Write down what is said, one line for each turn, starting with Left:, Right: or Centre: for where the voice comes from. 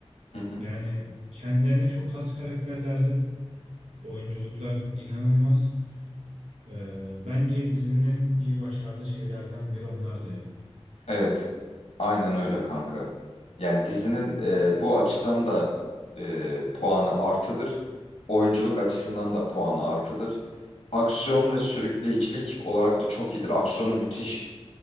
Left: Hı hı.
Right: Yani kendilerine çok has karakterlerdi. Oyunculuklar inanılmaz. Ee, bence dizinin iyi başardığı şeylerden biri onlardı ya.
Left: Evet. Aynen öyle kanka. Yani dizinin e, bu açıdan da e, puanı artıdır. Oyunculuk açısından da puanı artıdır. Aksiyon ve sürükleyicilik olarak da çok iyidir. Aksiyonu müthiş.